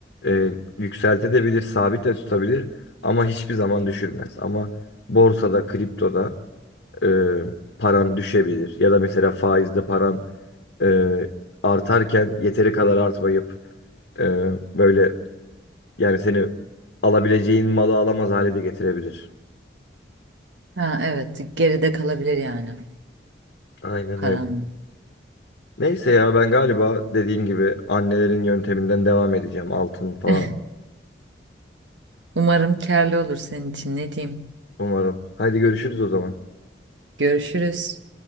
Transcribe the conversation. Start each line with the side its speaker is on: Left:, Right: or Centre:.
Left: e, yükseltebilir, sabit de tutabilir ama hiçbir zaman düşürmez. Ama borsada, kriptoda e, paran düşebilir. Ya da mesela faizde paran e, artarken yeteri kadar artmayıp e, böyle yani seni alabileceğin malı alamaz hale de getirebilir.
Right: Ha evet geride kalabilir yani
Left: Aynen
Right: paran.
Left: öyle. Neyse ya ben galiba dediğin gibi annelerin yönteminden devam edeceğim altın falan.
Right: <laughs> Umarım karlı olur senin için ne diyeyim.
Left: Umarım. Haydi görüşürüz o zaman.
Right: Görüşürüz.